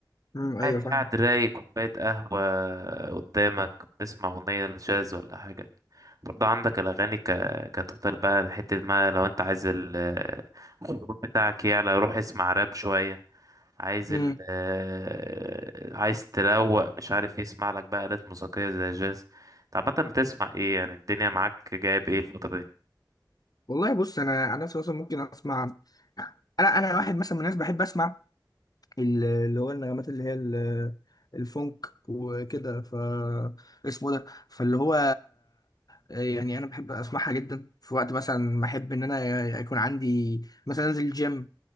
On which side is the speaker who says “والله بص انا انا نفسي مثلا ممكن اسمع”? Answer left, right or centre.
Left